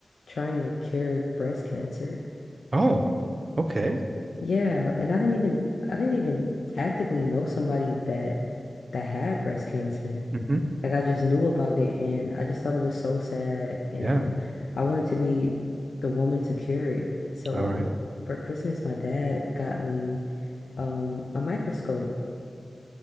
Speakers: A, on the left; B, on the right.
A: trying to cure breast cancer.
B: Oh, okay.
A: Yeah, and I didn't even I didn't even actively know somebody that that had breast cancer.
B: hmm
A: Like I just knew about it and I just thought it was so sad and
B: Yeah.
A: I wanted to be the woman to cure it. So
B: All right.
A: for Christmas my dad got me um a microscope